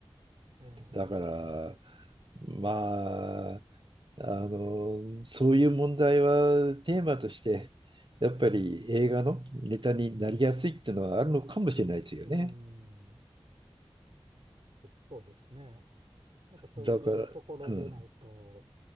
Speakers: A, on the right; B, on the right.
A: ええ、
B: だから、まあ、あの、そういう問題はテーマとして、やっぱり映画のネタになりやすいっていうのはあるのかもしれないですよね。
A: うん、うん、そそうですね。やっぱそういうところでないと、
B: だ、だから、うん。